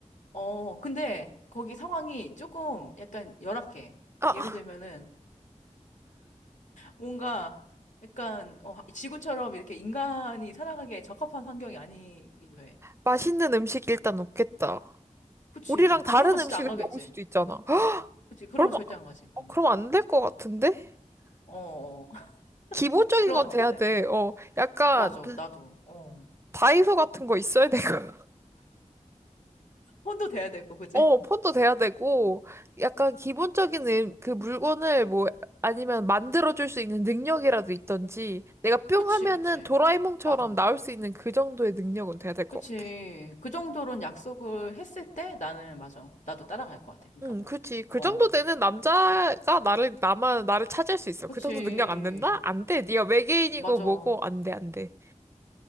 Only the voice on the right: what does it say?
아,
맛있는 음식 일단 없겠다.
우리랑 다른
음식을
먹을 수도 있잖아. 헉,
그럼,
어, 그럼 안 될 것 같은데?
기본적인
건
돼야
돼.
어, 약간
다이소 같은 거 있어야 되고. <laughs>
어, 폰도 돼야 되고. 약간 기본적인 음- 그 물건을 뭐, 아니면 만들어줄 수 있는 능력이라도 있던지, 내가 뿅
하면은
도라에몽처럼
나올 수 있는 그 정도의 능력은 돼야 될
것 같아.
응,
그치. 그
정도 되는 남자가 나를, 나만, 나를 차지할 수 있어.
그 정도 능력 안 된다? 안 돼. 네가 외계인이고
뭐고, 안 돼, 안 돼.